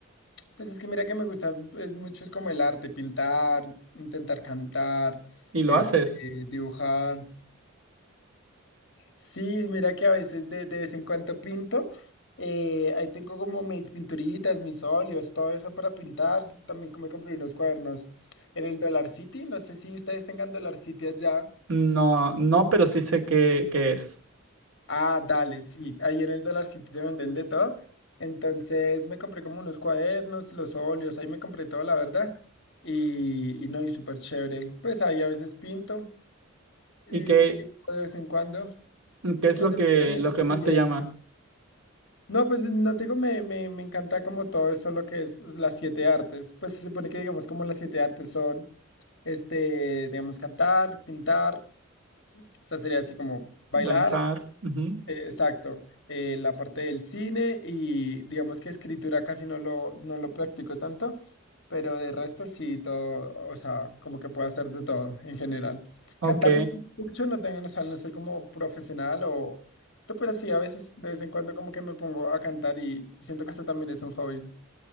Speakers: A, on the left (about 55°); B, on the right (about 80°).
A: Pues es que mira que me gusta eh, mucho es como el arte, pintar, intentar cantar,
B: ¿Y lo
A: este,
B: haces?
A: dibujar. Sí, mira que a veces de, de vez en cuando pinto. eh, ahí tengo como mis pinturitas, mis óleos, todo eso para pintar. También me compré unos cuadernos en el Dollar City. No sé si ustedes tengan Dollar City allá.
B: No, no, pero sí sé qué, qué es.
A: Ah, dale, sí. Ahí en el Dollar City te venden de todo. Entonces me compré como unos cuadernos, los óleos, ahí me compré todo, la verdad. Y, y no, y súper chévere. Pues ahí a veces pinto y,
B: ¿Y qué,
A: y de vez en cuando.
B: qué es
A: Pues
B: lo
A: es
B: que,
A: que también
B: lo
A: estudié
B: que más te llama?
A: eso. No, pues no te digo, me, me, me encanta como todo eso lo que es las siete artes. Pues se supone que digamos como las siete artes son, este, digamos, cantar, pintar, o sea, sería así como bailar,
B: Danzar. Ujú.
A: eh, Exacto, eh, la parte del cine y digamos que escritura casi no lo, no lo practico tanto, pero de resto sí, todo, o sea, como que puedo hacer de todo en general.
B: Ok.
A: Cantar no mucho, no tengo, o sea, no soy como profesional o esto, pero sí, a veces de vez en cuando como que me pongo a cantar y siento que eso también es un hobby.